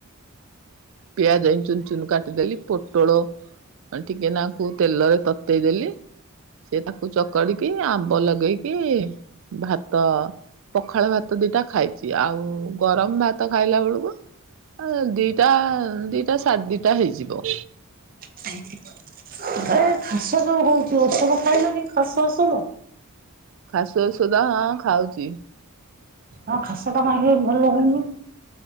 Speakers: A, on the right; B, on the right.
A: ପିଆଜ ଏ ଚୁନ ଚୁନ କାଟ ଦେଲି ପୋଟୋଳ ଉଁ ଟିକେ ନା କୁ ତେଲରେ ତତେଇ ଦେଲି। ସେ ତାକୁ ଚକଡିକି ଆମ୍ବ ଲଗେଇକି ଭାତ ପଖାଳ ଭାତ ଦିଟା ଖାଇଛି ଆଉ ଗରମ ଭାତ ଖାଇଲା ବେଳକୁ ଉଁ ଦିଟା ଦିଟା ସାଢେ ଦିଟା ହେଇଯିବ।
B: <unintelligible> ଏ ଖାସ ଯୋଉ ହଉଚି ଓଷଦ ଖାଇଲନି ଖାସ ଓସଦ।
A: ଖାସ ଔଷଧ ହଁ ଖାଉଛି।
B: ମୋ ଖାସ ଟା କାଇ ଭଲ ହଉନି?